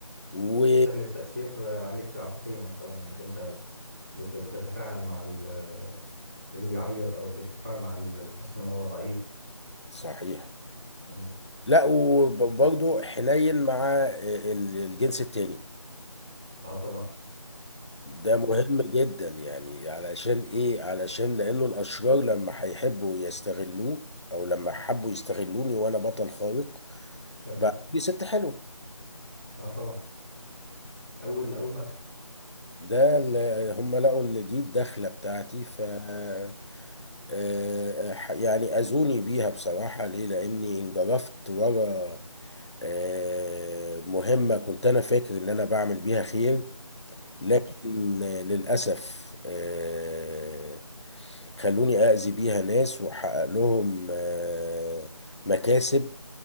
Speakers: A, on the left; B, in the centre.
A: و
B: سهل التأثير عليك عاطفيا مثلا انك انت بت... بتتفاعل مع ال... اللي بيعيط او بيتفاعل مع ال- اللي حاسس ان هو ضعيف
A: صحيح
B: مم.
A: لا وبرضه حنين مع آه، الجنس التاني
B: اه طبعا
A: ده مهم جدا يعني علشان ايه علشان لانه الاشرار لما هيحبوا يستغلوه او لما حبوا يستغلوني وانا بطل خارق
B: تمام
A: بقى دي ست حلوه
B: اه طبعا اول اول ما ادخل
A: فده اللي هم لقوا ان دي الدخله بتاعتي ف آه، آه، يعني اذوني بيها بصراحه ليه لاني انجرفت ورا آه، مهمه كنت انا فاكر ان انا بعمل بيها خير لكن آه، للاسف آه، خلوني أأذي بيها ناس وأحقق لهم آه، مكاسب